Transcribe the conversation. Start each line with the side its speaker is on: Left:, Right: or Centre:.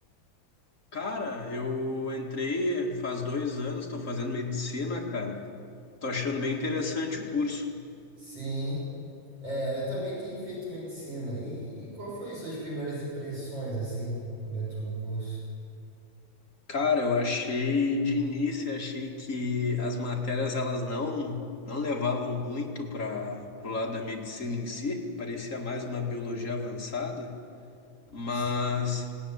Left: Cara, eu entrei faz dois anos, tô fazendo medicina, cara. Tô achando bem interessante o curso.
Right: Sim. É, eu também tenho feito medicina. E, e qual foi suas primeiras impressões, assim, quando entrou no curso?
Left: Cara, eu achei, de início, achei que as matérias, elas não, não levavam muito para pro lado da medicina em si. Parecia mais uma biologia avançada. Mas
Right: Sim,